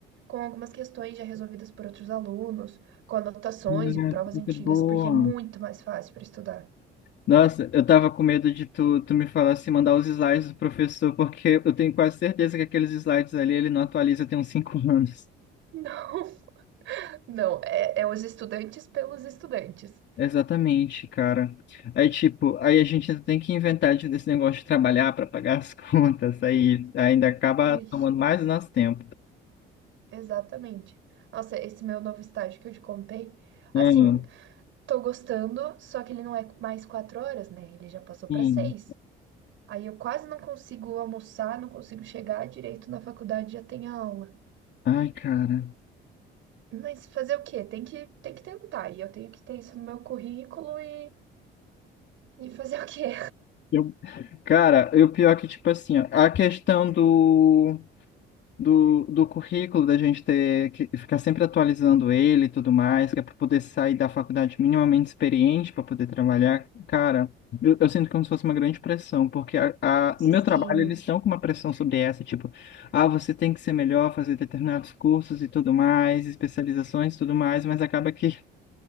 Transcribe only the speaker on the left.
Ah,
que boa.
Nossa, eu tava com medo de tu, tu me falar se mandar os slides do professor, porque eu tenho quase certeza que aqueles slides ali ele não atualiza tem uns cinco <laughs> anos.
Exatamente, cara. Aí, tipo, aí a gente ainda tem que inventar de- desse negócio de trabalhar para pagar as <laughs> contas, aí ainda acaba
tomando mais do nosso tempo.
Hum,
sim.
Ai, cara.
Eu, cara, eu pior é que, tipo assim, ó, a questão do do, do currículo, da gente ter que ficar sempre atualizando ele e tudo mais, que é para poder sair da faculdade minimamente experiente para poder trabalhar. Cara, eu, eu sinto como se fosse uma grande pressão, porque a, a-
no meu trabalho eles estão com uma pressão sobre essa, tipo, ah, você tem que ser melhor, fazer determinados cursos e tudo mais, especializações e tudo mais, mas acaba que